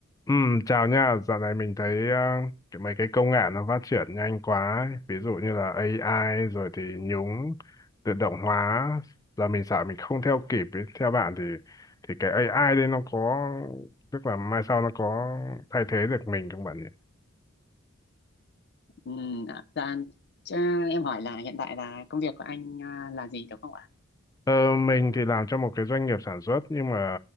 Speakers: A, on the left; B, on the left.
A: Ừ, chào nha, dạo này mình thấy uh, cái mấy cái công nghệ nó phát triển nhanh quá ấy. Ví dụ như là AI rồi thì nhúng tự động hóa giờ mình sợ mình không theo kịp ấy. Theo bạn thì thì cái AI đấy nó có tức là mai sau nó có thay thế được mình không bạn nhỉ?
B: Ừ, dạ, dạ, Chứ em hỏi là hiện tại là công việc của anh à, là gì đúng không ạ?
A: Ờ, mình thì làm cho một cái doanh nghiệp sản xuất nhưng mà